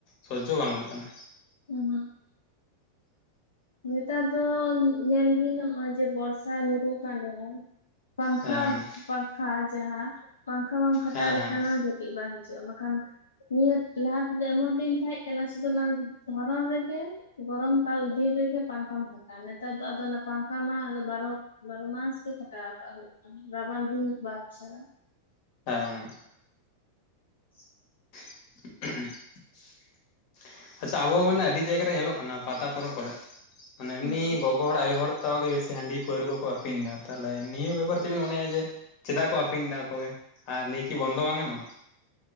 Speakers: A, on the left; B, on the left.
A: ᱥᱚᱡᱡᱚ ᱵᱟᱝ ᱜᱟᱱᱚᱜ ᱠᱟᱱᱟᱹ᱾
B: ᱦᱩᱸ ᱱᱮᱛᱟᱨ ᱫᱚ ᱧᱮᱞ ᱵᱤᱱᱱᱚᱜᱚᱭ ᱡᱮ ᱵᱚᱨᱥᱟ ᱧᱩᱨᱩ ᱠᱟᱱ ᱨᱮᱦᱚᱸ ᱯᱟᱝᱠᱷᱟ
A: ᱦᱮᱸ
B: ᱯᱟᱝᱠᱷᱟ ᱡᱟᱦᱟᱸ ᱯᱟᱸᱠᱷᱟ ᱵᱟᱢ ᱠᱷᱟᱴᱟᱣ
A: ᱦᱮᱸ
B: ᱞᱮᱠᱷᱟᱱᱚᱣ
A: ᱦᱮᱸ
B: ᱡᱟᱯ ᱵᱟ ᱦᱤᱡᱩᱜ-ᱟ ᱵᱟᱠᱷᱟᱱ ᱱᱤᱭᱟᱹ ᱞᱟᱦᱟ ᱛᱮᱫᱚ ᱮᱢᱚᱱ ᱫᱤᱱ ᱛᱟᱦᱮᱸ ᱠᱟᱱᱟ ᱥᱩᱫᱩ ᱚᱱᱟ ᱫᱷᱚᱨᱚᱱ ᱨᱮᱜᱮ ᱜᱚᱨᱚᱢ ᱠᱟᱞ ᱫᱤᱱ ᱨᱮ᱾ ᱜᱮ ᱯᱟᱝᱠᱷᱟᱢ ᱠᱷᱟᱴᱟᱜ-ᱟ ᱱᱮᱛᱟᱨ ᱫᱚ ᱟᱫᱚ ᱯᱟᱝᱠᱷᱟ ᱢᱟ ᱵᱟᱨᱚ ᱵᱟᱨᱚ ᱢᱟᱥ ᱜᱮ ᱠᱷᱟᱴᱟᱣ ᱠᱟᱜ ᱦᱩᱭᱩᱜ-ᱟ ᱨᱟᱵᱟᱝ ᱫᱤᱱ ᱵᱟᱫᱪᱷᱟᱲᱟ᱾
A: ᱦᱮᱸ
B: <unintelligible>
A: <unintelligible> ᱟᱪᱪᱷᱟ ᱟᱵᱚ ᱢᱟᱱᱮ ᱟᱹᱰᱤ ᱡᱟᱭᱜᱟ ᱨᱮ ᱧᱮᱞᱚᱜ ᱠᱟᱱᱟ ᱯᱟᱛᱟ ᱯᱚᱨᱚᱵᱽ ᱠᱚᱨᱮ ᱢᱟᱱᱮ ᱮᱢᱱᱤ
B: ᱦᱩᱸ
A: ᱜᱚᱜᱚ ᱦᱚᱲ ᱟᱭᱳ ᱦᱚᱲ ᱡᱚᱛᱟᱣ ᱜᱮ ᱵᱮᱥᱤ ᱦᱟᱺᱰᱤ ᱯᱟᱹᱣᱨᱟᱹ ᱠᱚᱠᱚ ᱟᱹᱠᱷᱨᱤᱧ ᱮᱫᱟ ᱛᱟᱦᱚᱞᱮ ᱱᱤᱭᱟᱹ ᱵᱮᱯᱟᱨ ᱪᱮᱫᱵᱮᱱ ᱢᱚᱱᱮᱭᱟ ᱡᱮ ᱪᱮᱫᱟᱜ ᱠᱚ ᱟᱠᱷᱨᱤᱧ ᱮᱫᱟ ᱟᱠᱚᱜᱮ ᱟᱨ ᱱᱤᱭᱟᱹᱠᱤ ᱵᱚᱱᱫᱚ ᱵᱟᱝ ᱜᱟᱱᱚᱜ-ᱟ